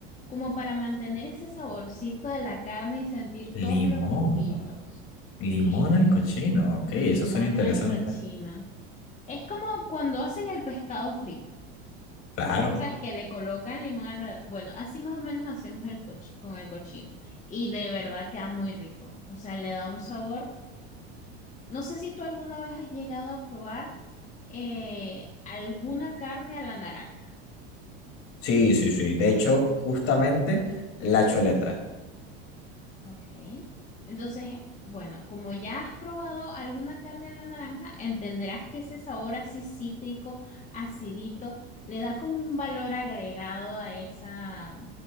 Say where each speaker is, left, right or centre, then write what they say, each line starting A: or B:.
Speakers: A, on the left; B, on the left.
A: como para mantener ese saborcito de la carne y sentir todos
B: Limón.
A: los juguitos.
B: Limón
A: Limón,
B: al cochino. Ok,
A: limón
B: eso suena interesante.
A: al cochino. Es como cuando hacen el pescado frito.
B: Claro.
A: ¿Sabes? Que le colocan limón alrededor. Bueno, así más o menos hacemos el coch- con el cochino. Y de verdad queda muy rico. O sea, le da un sabor. No sé si tú alguna vez has llegado a probar eh, alguna carne a la naranja.
B: Sí, sí, sí. De hecho, justamente la chuleta.
A: Ok. Entonces, bueno, como ya has probado alguna carne a la naranja, entenderás que ese sabor así cítrico, acidito, le da como un valor agregado a esa,